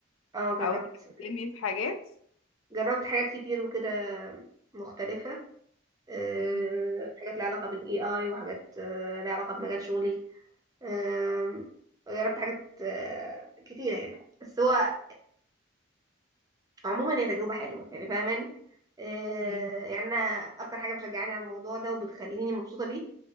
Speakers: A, on the right; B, on the left.
A: اه جربت
B: او تقدمي في حاجات
A: جربت حاجات كتير وكده مختلفة آه،
B: مم.
A: حاجات ليها علاقة بالاي اي وحاجات آه، ليها علاقة بمجال شغلي آم، جربت حاجات آه، كتيرة يعني بس هو عموما هي تجربة حلوة يعني فاهماني آه،
B: مم.
A: يعني انا اكتر حاجة مشجعاني على الموضوع ده وبتخليني مبسوطة بيه